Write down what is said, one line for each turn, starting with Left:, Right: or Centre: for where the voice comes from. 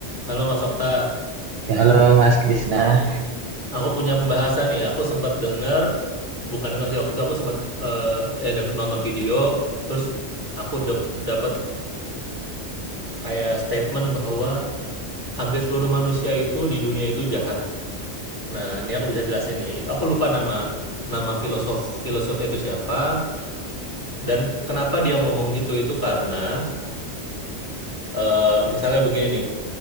Left: Halo Mas Okta,
Right: Oke, halo Mas Krisna.
Left: aku punya pembahasan nih. Aku sempat dengar, bukan dengar sih waktu itu aku sempat eh eh, deng- nonton video, terus aku dek- dapat kayak statement bahwa hampir seluruh manusia itu di dunia itu jahat. Nah, ini aku bisa jelasin nih. Itu aku lupa nama nama filosof filosofnya itu siapa dan kenapa dia ngomong gitu itu karena eh, misalnya begini nih.